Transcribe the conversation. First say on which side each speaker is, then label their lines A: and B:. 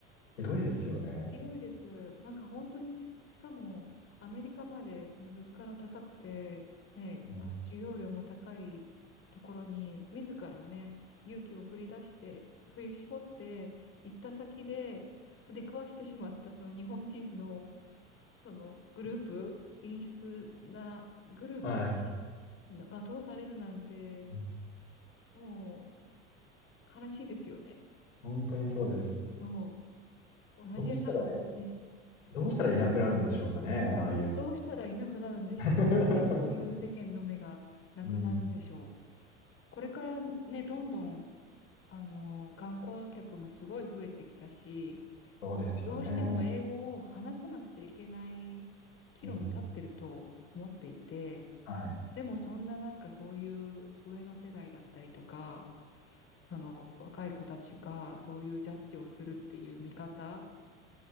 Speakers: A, on the left (about 75°); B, on the left (about 35°).
A: ひどいですよね。
B: ひどいです。なんか本当に、しかもアメリカまでその物価の高くて、ね、
A: も
B: あ需要量も高いところに、自らね、勇気を振り出して、振り絞って行った先で、出くわしてしまったその日本人のそのグループ、陰湿なグループにな罵倒されるなんて、
A: うはい。うん
B: もう悲しいですよね。
A: 本当にそうです。
B: そう。同じ、
A: どうしたら、
B: 多分ね、
A: どうしたらいなくなるんでしょうかね、ああいう。
B: どうしたらいなくなるんでしょう。
A: <laughs>
B: どうしたらそういう世間の目がなくなるんでしょう。
A: うん、<laughs> うん、
B: これからね、どんどん、あの、観光客もすごい増えてきたし、
A: そうですよね。
B: どうしても英語を話さなくちゃいけない岐路に立ってると思っていて、
A: うん、はい。
B: でもそんななんかそういう上の世代だったりとか、その若い子たちがそういうジャッジをするっていう見方、